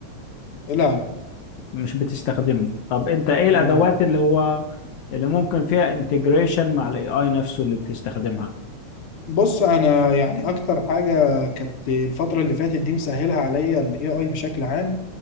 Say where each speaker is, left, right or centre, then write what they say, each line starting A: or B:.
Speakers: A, on the left; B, on the left.
A: لا لا
B: مش بتستخدمه طب انت ايه الادوات
A: لا.
B: اللي هو اللي ممكن فيها انتجريشن مع الاي اي نفسه اللي بتستخدمها
A: بص انا يعني اكتر حاجه كانت الفتره اللي فاتت دي مسهلها عليا الاي اي بشكل عام